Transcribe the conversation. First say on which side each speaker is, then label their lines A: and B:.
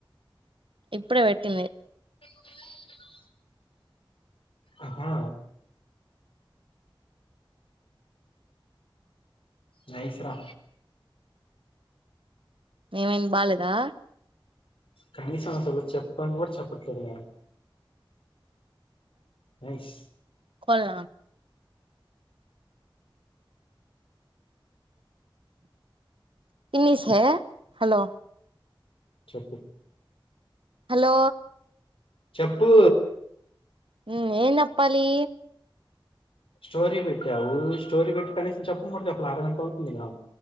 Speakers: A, on the right; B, on the left.
A: ఇప్పుడే పెట్టింది
B: అ అహా నైస్ రా
A: ఏమైంది బాలేదా
B: కనీసం అసలు చెప్పన్ కూడా చెప్పట్లేదు నువ్ అయిష్
A: కొళ్ళ పిన్నీస్ హలో
B: చెప్పి
A: హలో
B: చెప్పూ
A: ఉమ్మ్ ఏం చెప్పాలి.
B: స్టోరీ పెట్టావు స్టోరీ పెట్టి కనీసం చెప్పనుకూడ చెప్పలా అర గంట అవుతుంది ఇక